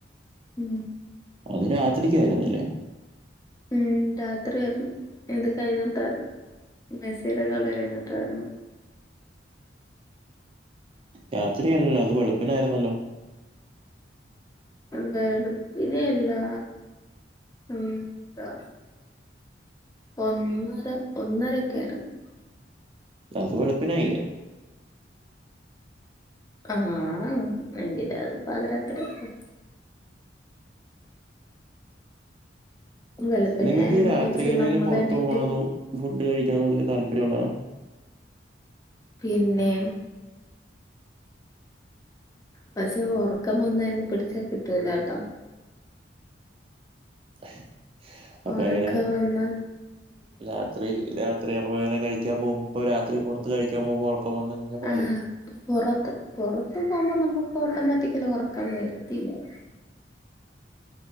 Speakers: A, on the left; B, on the right.
A: ഉം
B: അത് രാത്രിക്കായിരുന്നില്ലേ
A: ഉം രാത്രി ആയിരുന്നു ഇത് കയ്ഞ്ട്ടായിരുന്നു മെസ്സീടെ കളി കഴിഞ്ഞിട്ട് <unintelligible>
B: രാത്രിയല്ലല്ലോ അത് വെളുപ്പിനായിരുന്നല്ലോ
A: വെളുപ്പിനെയല്ലാ ഉം ന്താ ഒന്നര ഒന്നരയ്ക്കായിരുന്നു
B: അത് വെളുപ്പിനായില്ലേ
A: ആ ഭയങ്കര അത് പാതിരാത്രിയല്ലേ വെളുപ്പിനെ
B: നിങ്ങക്കീ
A: ആയെന്നും
B: രാത്രികളില്
A: വെച്ച് നമ്മള്
B: പൊറത്തു
A: എണീറ്റ്
B: പോണതും ഫുഡ് കഴിക്കണതും താല്പര്യൊള്ളതാ
A: പിന്നേ പക്ഷെ ഒറക്കം വന്നാ എന്നെ പിടിച്ചാ കിട്ടൂലാട്ടോ
B: <inaudible> അപ്പൊ
A: ഒറക്കം
B: എങ്ങനെ
A: വന്നാ
B: രാത്രി രാത്രിയപ്പോ ങ്ങനെ കഴിക്കാൻ പോവും ഇപ്പൊ രാത്രി പൊറത്ത് കഴിക്കാൻ പോവുമ്പ ഒറക്കം വന്നഴിഞ്ഞ പ
A: ആ പൊറത്ത് പൊറത്ത് പോ വുമ്പോ നമ്മക്കോട്ടോമാറ്റിക്കലി ഒറക്കം വരത്തില്ലല്ലോ